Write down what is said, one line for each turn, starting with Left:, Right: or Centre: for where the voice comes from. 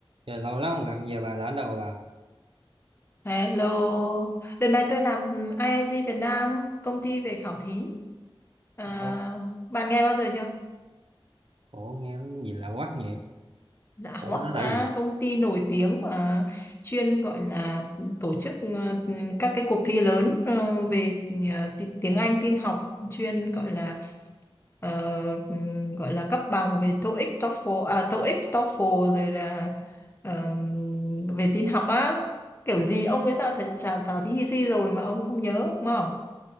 Right: Giờ lâu lắm không gặp giờ bà là ở đâu bà?
Left: Hello, đợt này tôi làm IIG Việt Nam, công ty về khảo thí. À,
Right: Ủa,
Left: bạn nghe bao giờ chưa?
Right: ủa nghe nó gì lạ quắc vậy?
Left: Dạ
Right: Ủa
Left: Hoắc,
Right: nó là
Left: à,
Right: gì?
Left: công ty nổi tiếng mà chuyên gọi là tổ chức ờ, các cái cuộc thi lớn ờ, về ờ, ti- tiếng Anh, tin học, chuyên gọi là ờ, ừm, gọi là cấp bằng về TOEIC, TOEFL, à, TOEIC, TOEFL rồi là ờm, về tin học á. Kiểu gì ông ấy ra thử- trả thảo thí hi si rồi mà ông không nhớ đúng không?